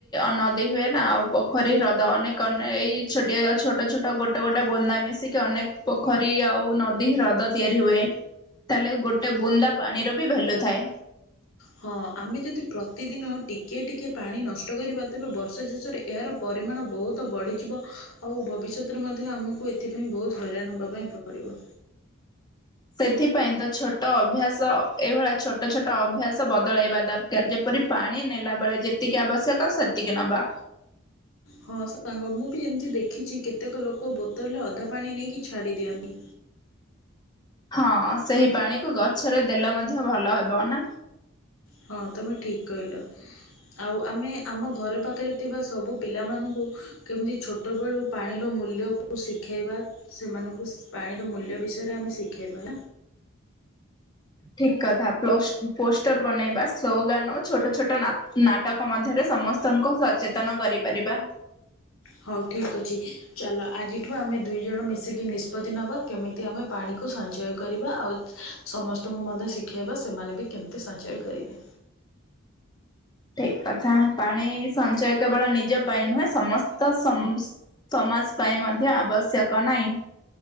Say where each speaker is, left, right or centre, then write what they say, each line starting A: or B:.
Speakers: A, on the left (about 20°); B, on the left (about 85°).
A: ନଦୀ ହୁଏ ନା ଆଉ ପୋଖରୀ ହ୍ରଦ ଅନେକ ଏଇ ଛୋଟିଆ ଛୋଟ ଛୋଟ ଗୋଟେ ଗୋଟେ ବୁନ୍ଦା ମିଶିକି ଅନେକ ପୋଖରୀ ଆଉ ନଦୀ ହ୍ରଦ ତିଆରି ହୁଏ ତାହେଲେ ଗୋଟେ ବୁନ୍ଦା ପାଣିର ବି ଭାଲ୍ୟୁ ଥାଏ
B: ହଁ ଆମେ ଯଦି ପ୍ରତିଦିନ ଟିକିଏ ଟିକିେ ପାଣି ନଷ୍ଟ କରିବା ତେବେ ବର୍ଷା ଶେଷରେ ଏହାର ପରିମାଣ ବହୁତ ବଢ଼ିଯିବ ଆଉ ଭବିଷ୍ୟତରେ ମଧ୍ୟ ଆମକୁ ଏଥିପାଇଁ ବହୁତ ହଇରାଣ ହେବା ପାଇଁ ପଡ଼ିବ
A: ସେଥିପାଇଁ ତ ଛୋଟ ଅଭ୍ୟାସ ଏଇଭଳିଆ ଛୋଟ ଛୋଟ ଅଭ୍ୟାସ ବଦଳେଇବା ଦରକାର କାର୍ ଯେପରି ପାଣି ନେଲା ବେଳେ ଯେତିକି ଆବଶ୍ୟକ ସେତିକି ନବା
B: ହଁ ସାଙ୍ଗ ମୁଁ ବି ଏମିତି ଦେଖିଛି କେତେକ ଲୋକ ବୋତଲରେ ଅଧା ପାଣି ନେଇକି ଛାଡି ଦିଅନ୍ତି
A: ହଁ ସେଇ ପାଣିକୁ ଗଛରେ ଦେଲେ ମଧ୍ୟ ଭଲ ହେବ ନା
B: ହଁ ତୁମେ ଠିକ୍ କହିଲ ଆଉ ଆମେ ଆମ ଘରେ ପାଖରେ ଥିବା ସବୁ ପିଲାମାନଙ୍କୁ କେମିତି ଛୋଟବେଳୁ ପାଣିର ମୂଲ୍ୟକୁ ଶିଖେଇବା ସେମାନଙ୍କୁ ପାଣିର ମୂଲ୍ୟ ବିଷୟରେ ଆମେ ଶିଖେଇବା
A: ଠିକ କଥା ପୋଷ୍ଟର ବନେଇବା ସ୍ଲୋଗାନ ଓ ଛୋଟ ଛୋଟ ନାଟକ ମଧ୍ୟରେ ସମସ୍ତ ତାଙ୍କୁ ସଚେତନ କରିପାରିବା
B: ହଉ ଠିକ୍ ଅଛି ଚାଲ ଆଜିଠୁ ଆମେ ଦୁଇ ଜଣ ମିଶିକି ନିଷ୍ପତ୍ତି ନେବା କେମିତି ଆମେ ପାଣିକୁ ସଞ୍ଚୟ କରିବା ଆଉ ସମସ୍ତଙ୍କୁ ମଧ୍ୟ ଶିଖାଇବା ସେମାନେ ବି କେମିତି ସଞ୍ଚୟ କରିବେ
A: ଠିକ କଥା ପାଣି ସଞ୍ଚୟ କେବଳ ନିଜ ପାଇଁ ନୁହେଁ ସମସ୍ତ ସମାଜ ପାଇଁ ମଧ୍ୟ ଆବଶ୍ୟକ ନାହିଁ।